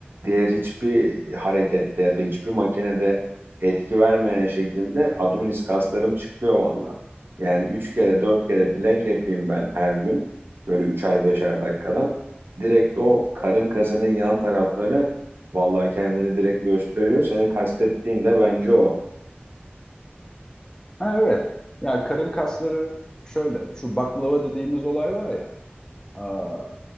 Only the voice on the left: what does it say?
Ha evet. Ya karın kasları şöyle. Şu baklava dediğimiz olay var ya. aa,